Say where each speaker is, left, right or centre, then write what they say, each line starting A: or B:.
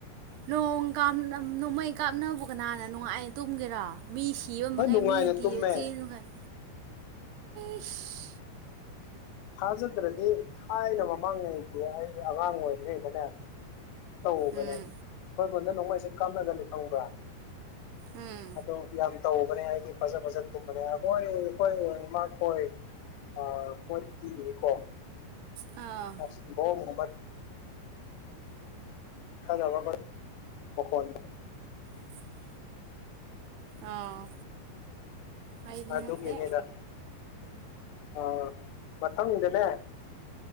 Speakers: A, on the right (about 80°); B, on the left (about 80°).
A: ꯅꯣꯡ ꯀꯥꯔ ꯅꯣꯡꯃꯩ ꯀꯥꯞꯅꯕꯨ ꯀꯅꯥꯅ ꯅꯨꯡꯉꯥꯏꯅ ꯇꯨꯝꯒꯦꯔ ꯃꯤ ꯀꯤꯕ ꯃꯈꯩ
B: ꯍꯣꯏ ꯅꯨꯡꯉꯥꯏꯅ
A: ꯃꯤꯅ ꯀꯤꯕ
B: ꯇꯨꯝꯃꯦ
A: ꯆꯦꯟ ꯃꯈꯩ ꯏꯁ
B: ꯊꯥꯖꯗ꯭ꯔꯗꯤ ꯊꯥꯏꯅ ꯃꯃꯥꯡꯉꯩꯗꯤ ꯑꯩ ꯑꯉꯥꯡ ꯑꯣꯏꯔꯤꯉꯩꯗꯅꯦ ꯇꯧꯕꯅꯦ
A: ꯎꯝ
B: ꯑꯩꯈꯣꯏ ꯈꯨꯟꯗ ꯅꯣꯡꯃꯩꯁꯦ ꯀꯥꯞꯅꯒꯅꯤ ꯈꯪꯕ꯭ꯔꯥ
A: ꯎꯝ
B: ꯑꯗꯣ ꯌꯥꯝ ꯇꯧꯕꯅꯦ ꯍꯥꯏꯗꯤ ꯐꯖ ꯐꯖꯅ ꯇꯨꯝꯕꯅꯦ ꯑꯩꯈꯣꯏ ꯑꯩꯈꯣꯏ ꯏꯃꯥꯈꯣꯏ ꯑꯥ <unintelligible> ꯄꯤꯕꯒꯤ ꯀꯣ
A: ꯑ
B: <unintelligible> <unintelligible> ꯃꯈꯣꯟ
A: ꯏꯁ <inaudible> ꯑꯥ ꯑꯩꯗꯤ
B: ꯑꯗꯨꯒꯤꯅꯤꯗ
A: ꯅꯠꯇꯦ
B: ꯑ ꯃꯊꯪꯗꯅꯦ